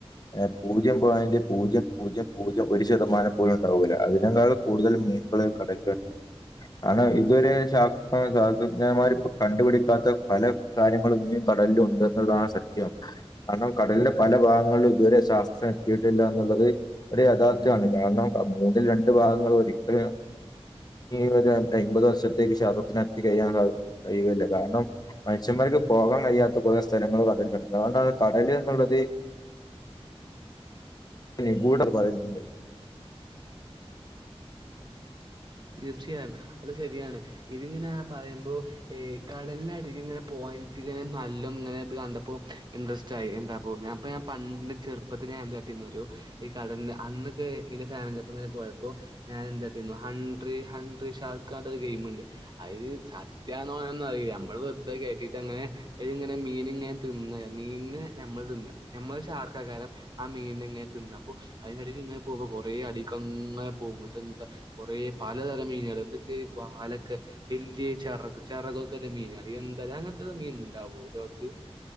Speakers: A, on the left; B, on the right.
A: ഏഹ് പൂജ്യം പോയിന്റ് പൂജ്യം പൂജ്യം പൂജ്യം ഒരു ശതമാനം പോലും ഉണ്ടാവൂല്ലാ അതിനേങ്ങാൾ കൂടുതൽ മീനുകൾ കടലിലുണ്ട് കാരണം ഇതുവരെ ശാസ്‌ത്ര ശാസ്ത്രജ്ഞമാരിപ്പം കണ്ടുപിടിക്കാത്ത പല കാര്യങ്ങളും ഇനിയും കടലിലുണ്ട് എന്നുള്ളതാണ് സത്യം കാരണം കടലിന്റെ പല ഭാഗങ്ങളിലും ഇതുവരെ ശാസ്ത്രം എത്തിയിട്ടില്ലാ എന്നുള്ളത് ഒരു യഥാർത്ഥ്യമാണ് കാരണം മൂന്നിൽ രണ്ടു ഭാഗങ്ങൾ ഒരിക്കലും ഈ ഒരു അയിമ്പത് വർഷത്തേക്ക് <unintelligible> കയ്യാൻ കയ്യൂല്ലാ കാരണം മനുഷ്യന്മാർക്ക് പോകാൻ കഴിയാത്ത കുറെ സ്ഥലങ്ങള് കടലില്ണ്ട് അതുകൊണ്ടാണ് കടല് എന്നുള്ളത് നിഗൂഡാന്ന് പറയുന്നത്
B: തീർച്ചയായും അത് ശെരിയാണ് ഇതിങ്ങനെ പറയുമ്പോ ഈ കടലിനടിയിൽ ഇങ്ങനെ <unintelligible> നല്ലോ ഇങ്ങനെ ഇത് കണ്ടപ്പോ ഇൻട്രസ്റ്റ് <unintelligible> എന്താപ്പോ ഞാൻ ഇപ്പ ഞാൻ പണ്ട് ചെറുപ്പത്തില് ഞാൻ എന്താട്ടീന്നു അറിയോ ഈ കടൽന്റെ അന്നൊക്കെ ഇന്റെ ഫാമിലിൻ്റെപ്പങ്ങനെ പോയപ്പോ ഞാൻ എന്താട്ടീന്നു ഹൺ ട്രീ, ഹൺട്രി ഷാർക്കാ പറഞ്ഞിട്ടൊരു ഗെയിമ്ണ്ട്. അത് സത്യാണോ അതൊന്നും അറീല്ല നമ്മൾ വെർ തെ കേട്ടീട്ട് അങ്ങനെ അയ്ല് ഇങ്ങനെ മീൻങ്ങെ തിന്നാ. മീൻനെ ഞമ്മൾ തിന്നാ. ഞമ്മള് ശാർക്കാകാരം ആ മീൻനെ ഇങ്ങനെ തിന്നാ. അപ്പോ അയിൻ്റെടീല് ഇങ്ങെ പോകും കൊറേ അടീക്കങ്ങനെ പോകും. ഇങ്ങട്ട് എന്താ കൊറേ പലതര മീനേള് ഇതൊക്കെ വാലൊക്കെ വല്യെ ചെറക്. ചെറകൊക്കെ ഇല്ലെ മീനേള്. എന്താലേ അങ്ങനത്തൊക്കെ മീൻ ഇണ്ടാവോ ഈ ലോകത്ത്?